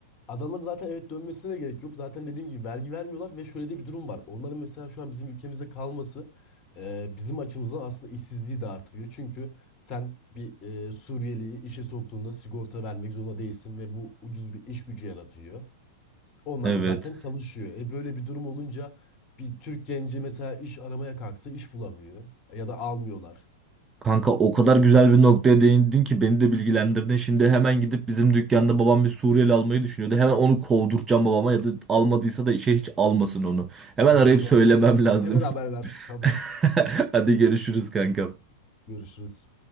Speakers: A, on the left (about 30°); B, on the right (about 15°).
A: adamların zaten evet dönmesine de gerek yok. Zaten dediğim gibi vergi vermiyorlar ve şöyle de bir durum var. Onların mesela şu an bizim ülkemizde kalması e, bizim açımızdan aslında işsizliği de artırıyor. Çünkü sen bir e, Suriyeliyi işe soktuğunda sigorta vermek zorunda değilsin ve bu ucuz bir iş gücü yaratıyor. Onlar
B: Evet.
A: da zaten çalışıyor. E böyle bir durum olunca bir Türk genci mesela iş aramaya kalksa iş bulamıyor. Ya da almıyorlar.
B: Kanka o kadar güzel bir noktaya değindin ki beni de bilgilendirdin. Şimdi hemen gidip bizim dükkanda babam bir Suriyeli almayı düşünüyordu. Hemen onu kovduracağım babama ya da almadıysa da işe hiç almasın onu. Hemen
A: Kanka
B: arayıp
A: o zaman
B: söylemem
A: sen hemen,
B: lazım.
A: hemen haber ver.
B: <laughs>
A: Tamam.
B: Hadi görüşürüz kanka.
A: Görüşürüz.